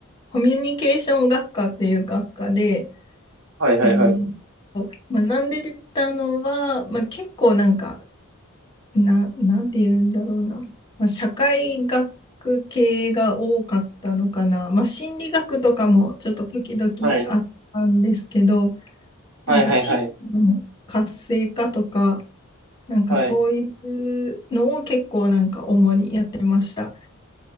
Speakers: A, on the left; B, on the right.
A: コミュニケーション学科っていう学科で、
B: はい、はい、
A: うん、
B: はい、
A: と学んでたのは、まあ、結構なんか、な、なんて言うんだろうな、まあ、社会学系が多かったのかな、まあ、心理学とかもちょっと時々あったんですけど、
B: はい、はい、
A: なんか地域の活性化とか、
B: はい、はい、
A: なんかそういうのを結構なんか主にやってました。
B: はい。